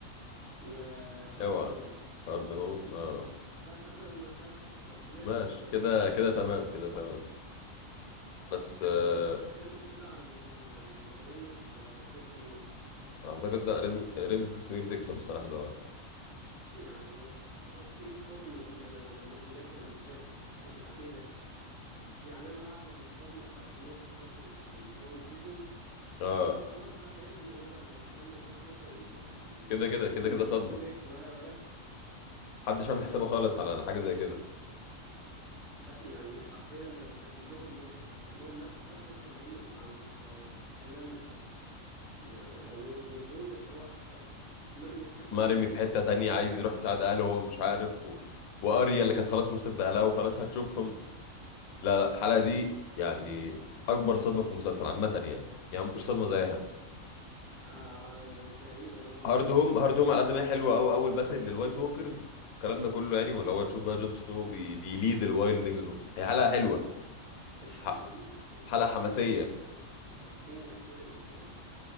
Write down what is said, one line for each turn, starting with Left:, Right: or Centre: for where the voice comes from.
Right: وهارد
Left: اوعى
Right: هوم
Left: هارد هوم اه
Right: لا <laughs> ما تخافش ما تخافش لسه
Left: ماشي
Right: لسه قدامه
Left: كده كده تمام كده تمام بس آه
Right: آه، اتكلم كده عن يعني ذا رين اوف كاستمير
Left: اعتقد لا رينز رينز اوف كاستمير تكسب الصراحه طبعا
Right: يعني ايه الصدمة دي انا انا بجد انا مش فاهم إيه- يعني ايه ده يعني انا بعد الصدمة بتاعت نيد ستارك اللي في الاول سيزون
Left: اه
Right: انا قلت خلاص بقى ابنه هو اللي هيكمل برضه هيمسك ال-
Left: كده كده كده
Right: الممالك
Left: كده صدمه
Right: و و
Left: محدش عامل حسابه خالص على حاجه زي كده
Right: ده يعني حرفيا ده ده كلهم ماتوا كلهم ماتوا بقى بس اللي هم اللي عند ال- اللانسترز يعني و- وجون اللي هو في ح- في في- مرمي في حتة
Left: مرمي
Right: بعيدة خالص
Left: في حته تانية عايز يروح يساعد اهله وهو مش عارف و... واريا اللي كانت خلاص وصلت لاهلها وخلاص هتشوفهم لا لا الحلقه دي يعني اكبر صدمه في المسلسل عامه يعني يعني مفيش صدمه زيها
Right: آه تقريبا اه
Left: هارد هوم هارد هوم على قد ما هي حلوه قوي اول باتل للوايت ووكرز الكلام ده كله يعني واللي هو تشوف بقى جون سنو بي... بيليد الوايلدنجز و... هي حلقه حلوه
Right: الحلقة
Left: ح...
Right: دي ال-
Left: حلقه
Right: السين
Left: حماسيه
Right: الأخيرة اللي السين الأخيرة اللي فيها